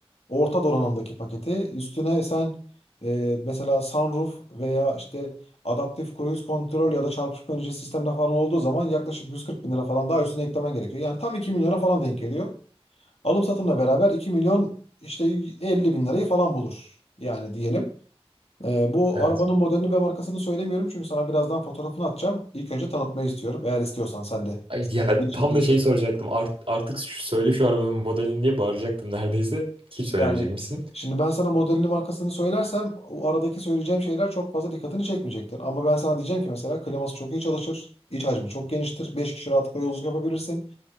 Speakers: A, on the left (about 80°); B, on the right (about 65°).
A: orta donanımdaki paketi. Üstüne sen e, mesela sunroof veya işte adaptif cruise control ya da çarpışma önleyici sistemde falan olduğu zaman yaklaşık yüz kırk bin lira falan daha üstüne eklemen gerekiyor. Yani tam 2 milyona falan denk geliyor. Alım satımla beraber 2 milyon işte 50 bin lirayı falan bulur yani diyelim. Ee, bu
B: Evet.
A: arabanın modelini ve markasını söylemiyorum çünkü sana birazdan fotoğrafını atacağım. İlk önce tanıtmayı istiyorum eğer istiyorsan sen de.
B: Ay
A: Senin
B: ya
A: ilgin çektiyse.
B: tam da şeyi soracaktım. Art- artık şu- söyle şu arabanın modelini diye bağıracaktım neredeyse. Hiç söylemeyecekmişsin.
A: Yani şimdi ben sana modelini markasını söylersem o aradaki söyleyeceğim şeyler çok fazla dikkatini çekmeyecektir. Ama ben sana diyeceğim ki mesela kliması çok iyi çalışır, iç hacmi çok geniştir, 5 kişi rahatlıkla yolculuk yapabilirsin.